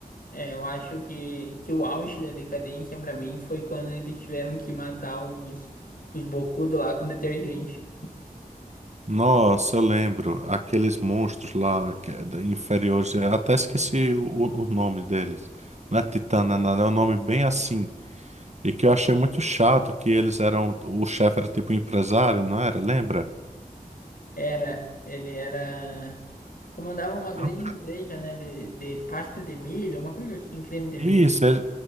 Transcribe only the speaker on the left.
É, eu acho que, que o auge da decadência pra mim foi quando eles tiveram que matar os, os bocudos lá com detergente.
Era, ele era. Comandava uma grande
empresa, né? De, de pasta de milho, uma coisa assim, creme de milho.